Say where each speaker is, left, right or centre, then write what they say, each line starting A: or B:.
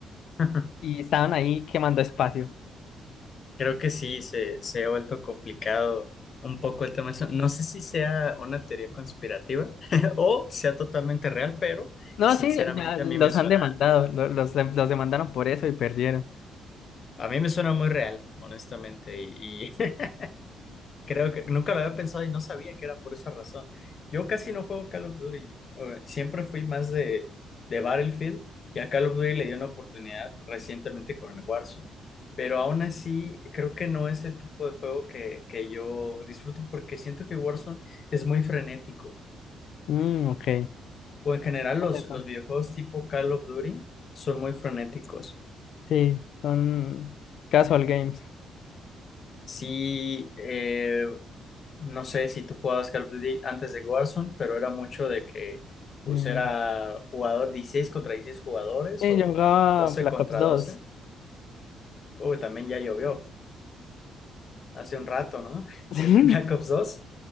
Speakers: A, on the left (about 50°); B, on the left (about 70°).
A: <laughs>
B: Y estaban ahí quemando espacio.
A: creo que sí, se, se ha vuelto complicado un poco el tema de eso. No sé si sea una teoría conspirativa <laughs> o sea totalmente real, pero
B: No,
A: sinceramente
B: sí, ya los
A: a mí me suena
B: han demandado, lo- los, de- los demandaron por eso y perdieron.
A: A mí me suena muy real, honestamente, y, y <laughs> creo que nunca lo había pensado y no sabía que era por esa razón. Yo casi no juego Call of Duty, eh, siempre fui más de, de Battlefield y a Call of Duty le di una oportunidad recientemente con el Warzone, pero aún así creo que no es el tipo de juego que, que yo disfruto porque siento que Warzone es muy frenético,
B: Mm, ok.
A: o en general
B: Por
A: los,
B: eso.
A: los videojuegos tipo Call of Duty son muy frenéticos.
B: Sí, son casual games.
A: Sí, eh, No sé si tú jugabas Call of Duty antes de Warzone, pero era mucho de que pues
B: Mm,
A: era jugador 16 contra 16 jugadores
B: Sí,
A: o
B: yo jugaba
A: doce
B: Black
A: contra
B: Ops dos
A: doce Uy, también ya llovió hace un rato, ¿no? <laughs>
B: <laughs>
A: De Black Ops dos